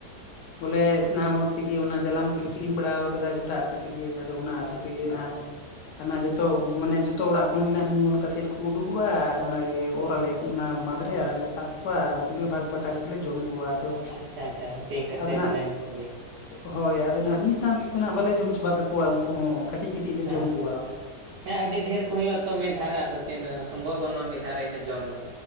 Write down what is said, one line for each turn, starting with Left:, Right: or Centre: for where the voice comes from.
Left: ᱵᱚᱞᱮ ᱥᱟᱱᱟᱢ ᱦᱚᱲ ᱛᱮᱜᱮ ᱚᱱᱟ ᱡᱟᱞᱟᱢ ᱠᱚᱞᱮ ᱠᱤᱨᱤᱸᱧ ᱵᱟᱲᱟᱣ ᱠᱟᱫᱟ ᱜᱚᱴᱟ ᱟᱛᱩ ᱛᱮᱜᱮ ᱟᱫᱚ ᱚᱱᱟ ᱟᱹᱛᱩ
Right: ᱟᱪᱪᱷᱟ
Left: ᱛᱮᱜᱮ ᱱᱟᱜ
Right: ᱦᱳᱭ
Left: ᱚᱱᱟ ᱡᱚᱛᱚ ᱢᱟᱱᱮ ᱡᱚᱛᱚ ᱚᱲᱟᱜ ᱠᱷᱚᱱ ᱜᱮ ᱱᱟᱜ ᱢᱤᱫ ᱦᱚᱲ ᱠᱟᱛᱮᱫ ᱠᱚ ᱩᱰᱩᱠᱚᱜᱼᱟ ᱟᱨ ᱚᱱᱟᱜᱮ ᱚᱨ ᱟᱞᱮ ᱚᱱᱟ ᱵᱟᱸᱫᱽᱨᱮ ᱟᱨᱞᱮ ᱥᱟᱵ ᱠᱚᱣᱟ ᱟᱨ ᱩᱱᱠᱩᱜᱮ ᱵᱷᱟᱜᱽ ᱵᱟᱴᱟ ᱞᱮ ᱡᱚᱢ ᱠᱚᱣᱟ ᱟᱫᱚ
Right: ᱟᱪᱪᱷᱟ ᱟᱪᱪᱷᱟ ᱦᱟᱹᱴᱤᱧ ᱠᱟᱛᱮᱫ
Left: ᱟᱫᱚ
Right: ᱢᱟᱱᱮ ᱩᱝᱠᱩ ᱜᱤ
Left: ᱦᱳᱭ ᱟᱫᱚ ᱱᱟᱜ ᱢᱤᱫ ᱥᱟᱶ ᱛᱮᱫᱚ ᱱᱟᱜ ᱵᱟᱞᱮ ᱡᱚᱢ ᱪᱟᱵᱟ ᱠᱟᱠᱚᱣᱟ ᱩᱱᱠᱩ ᱦᱚᱸ ᱠᱟᱹᱴᱤᱡ ᱠᱟᱹᱴᱤᱡ ᱞᱮ
Right: ᱦᱮᱸ
Left: ᱡᱚᱢ ᱠᱚᱣᱟ
Right: ᱦᱮᱸ ᱟᱹᱰᱤ ᱰᱷᱮᱨ ᱠᱚ ᱦᱩᱭᱩᱜ ᱟ ᱛᱚ ᱢᱤᱫ ᱫᱷᱟᱨ ᱨᱮ ᱟᱫᱚ ᱛᱤᱱᱟᱹᱜ, ᱥᱚᱢᱵᱷᱚᱵᱽ ᱵᱚᱱᱩᱜᱼᱟ ᱢᱤᱫ ᱫᱷᱟᱨᱮ ᱤᱱᱟᱹᱜ ᱡᱚᱢ ᱫᱚ